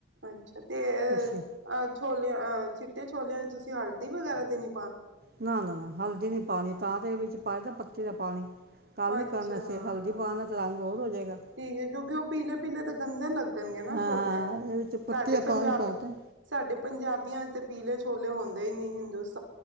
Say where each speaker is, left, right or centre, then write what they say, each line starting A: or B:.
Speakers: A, on the right; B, on the right.
A: ਅੱਛਾ ਤੇ
B: ਕੜਛੀ
A: ਅਹ ਛੋਲਿਆਂ ਅਹ ਚਿੱਟੇ ਛੋਲਿਆਂ ਚ ਤੁਸੀਂ ਹਲਦੀ ਵਗੈਰਾ ਤੇ ਨੀ
B: ਨਾ ਨਾ ਨਾ ਹਲਦੀ ਨੀ ਪਾਣੀ ਤਾਂ ਤੇ ਵਿੱਚ ਪਾਇਦਾ ਪੱਤੇ ਦਾ ਪਾਣੀ। ਕਾਲੇ
A: ਅੱਛਾ
B: ਕਰਨ ਅਸੀਂ ਹਲਦੀ ਪਾਉਣ ਨਾਲ ਤਾਂ ਰੰਗ ਹੋਰ ਹੋ ਜਾਏਗਾ
A: ਠੀਕ ਹੈ ਕਿਉਂਕਿ ਉਹ ਪੀਲੇ ਪੀਲੇ ਤਾਂ ਗੰਦੇ ਲੱਗਣਗੇ ਨਾ
B: ਹਾਂ
A: ਛੋਲੇ
B: ਇਹਦੇ ਵਿੱਚ ਪੱਤੀ
A: ਸਾਡੇ
B: ਦਾ
A: ਪੰਜਾਬ
B: ਪਾਣੀ ਪਾਤਾ
A: ਸਾਡੇ ਪੰਜਾਬੀਆਂ ਚ ਤੇ ਪੀਲੇ ਛੋ ਛੋਲੇ ਹੁੰਦੇ ਹੀ ਨੀ ਹਿੰਦੁਸ